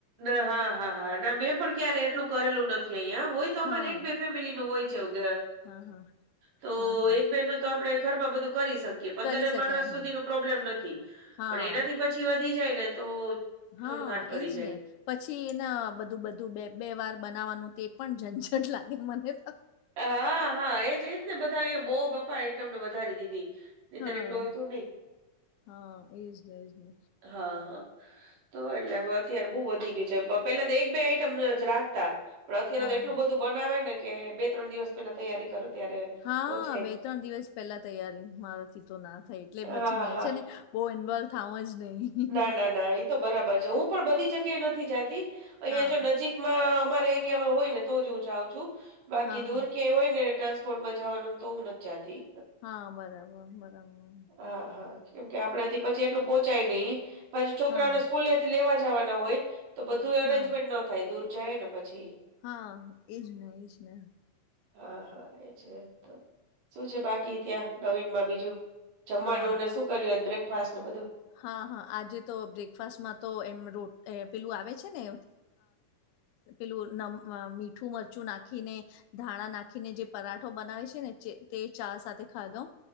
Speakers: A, on the right (about 90°); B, on the left (about 80°).
A: ના હા હા હા ના મેં પણ ક્યારે એટલું કરેલું નથી અહીંયા હોય તો
B: હા
A: અમારે એક બે ફેમિલી નું હોય. ચૌગ.
B: હા હા.
A: તો
B: હા હા
A: એક બેહે નો તો આપણે ઘરમાં બધું કરી શકીએ પંદરેક
B: કરી શકાય
A: માણસ સુધી
B: હા
A: નો પ્રોબ્લેમ નથી.
B: હા
A: પણ એનાથી પછી વધી જાય ને તો
B: હા
A: થોડુંક હાથ પડી
B: એજ
A: જાય.
B: ને. પછી એને બધું બધું બે-બે વાર બનાવવાનું તે પણ ઝંઝટ લાગે મને તો.
A: હા હા એ જ જ ને બધા અહીંયા બહુ બપ્પા આઈટમને વધારી દીધી. નહીંતર
B: હા
A: એટલું હતું નહીં.
B: હા એજ ને એજ ને.
A: હા હા તો એટલે હવે અત્યારે બહુ વધી ગયું છે. બપ પેલા તો એક બે આઈટમ જ રાખતા પણ અત્યારે
B: હા
A: તો એટલું
B: હા
A: બધું બનાવે ને કે બે ત્રણ દિવસ પેલા તૈયારી કરો ત્યારે
B: હા
A: પહોંચાય.
B: બે ત્રણ દિવસ પેલા તૈયારી મારાથી તો ના થઈ એટલે
A: હા,
B: પછી મેં
A: હા.
B: છે ને બહુ ઇન્વોલ થવું જ નહીં
A: ના, ના, ના ઈ તો બરાબર છે હું પણ બધી જગ્યા નથી જાતી અહીં
B: હા.
A: જો નજીક અમારા એરિયામાં હોયને તો જ હું જાઉં છું બાકી
B: હા
A: દૂર
B: હા.
A: ક્યાં હોય ને ટ કોટ માં જાવાનો તો હું નથી જાતી
B: હા બરાબર બરાબર
A: હા હા કેમ કે આપડેથી પછી એટલું પોહંચાય નહિ પછી છોકરાઓને
B: હા.
A: સ્કૂલથી લેવા જવાના હોય તો બધું એરેન્જમેન્ટ
B: હા.
A: ન થાય દૂર જાય ને પછી
B: હા એજ ને એજ ને
A: હા હા એ છે તો શું છે બાકી ત્યાં નવીન માં બીજું જમવાનુંને
B: હા.
A: શું કર્યું આજે બ્રેકફાસ્ટ ને બધું
B: હા હા આજે તો બ્રેકફાસ્ટમાં તો એમ રો પેલું આવે છે ને પેલું નમ મીઠું મરચું નાખીને ધાણા નાખીને જે પરાઠો બનાવે છે ને તે ચા સાથે ખાધો